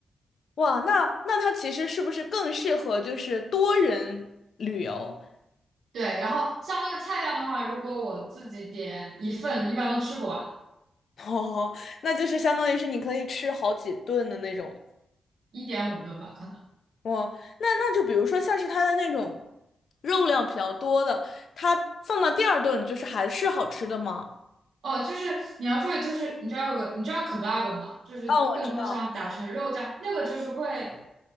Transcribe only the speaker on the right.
对，然后像那个菜量的话，如果我自己点一份，一般都吃不完，
一点五顿吧，可能。
哦，就是你要注意，就是你知道有你知道 kebab 吗？就是更多像打成肉酱，
那个就是会